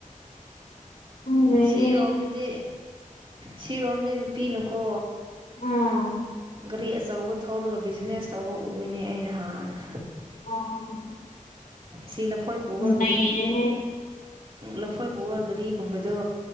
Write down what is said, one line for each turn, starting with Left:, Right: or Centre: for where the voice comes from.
Left: ꯈꯪꯗ꯭ꯔꯦꯅꯦ
Right: ꯁꯤꯔꯣꯝꯅꯗꯤ ꯁꯤꯔꯣꯝꯅꯦ ꯅꯨꯄꯤꯅꯨꯀꯣ
Left: ꯎꯝ
Right: ꯒꯥꯔꯤ ꯑꯆꯧꯕ ꯊꯧꯔꯒ ꯕꯤꯖꯤꯅꯦꯁ ꯇꯧꯕ ꯎꯏꯅꯦ ꯑꯩꯅ ꯍꯍꯥꯟꯅ
Left: ꯑꯣ
Right: ꯁꯤ ꯂꯐꯣꯏ ꯄꯨꯕ ꯒꯔꯤ
Left: ꯅꯩꯔꯦꯍꯦ
Right: ꯂꯐꯣꯏ ꯄꯨꯕ ꯒꯔꯤꯒꯨꯝꯕꯗꯣ